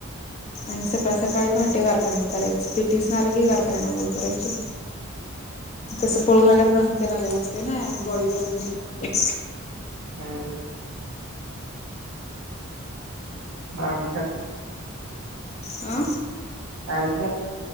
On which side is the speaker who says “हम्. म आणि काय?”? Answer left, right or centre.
Right